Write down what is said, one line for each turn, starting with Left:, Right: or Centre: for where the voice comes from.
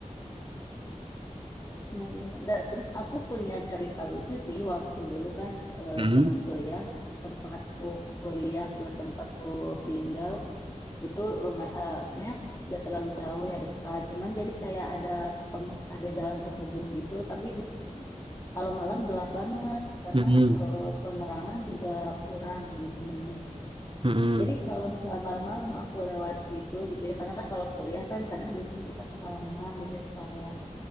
Left: Nah, iya. Da- terus aku punya cerita lucu sih waktu dulu kan eh,
Right: Hmm.
Left: zaman kuliah, tempatku kuliah ke tempatku tinggal itu lumayan eh, sebenarnya nggak terlalu jauh ya dekat, cuman jadi kayak ada peng- ada jalan penghubung gitu, tapi di situ tuh kalau malam gelap banget karena
Right: Mm-mm.
Left: eh, penerangan juga kurang gitu minim.
Right: Mm-mm.
Left: Jadi kalau misalkan malam-malam aku lewat situ gitu ya, karena kan kalau kuliah kan kadang biasanya kita kemalaman gitu ya kesorean.